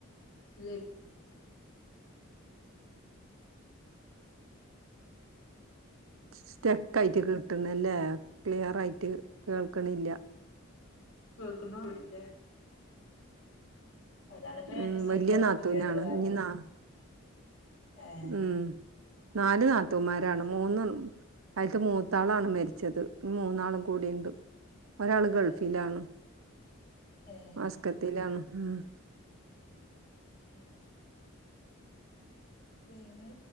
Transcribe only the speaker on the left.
അല്ലേ
കേൾക്കണ് ള്ളന്റെ അതാണിപ്പം
എന്റെ സിം
ഒന്ന്
പുതിയത് വേറെൊന്നിട്ട്
ആഹ
ഏഹ് ഏഹ്
ഉ പിന്നെ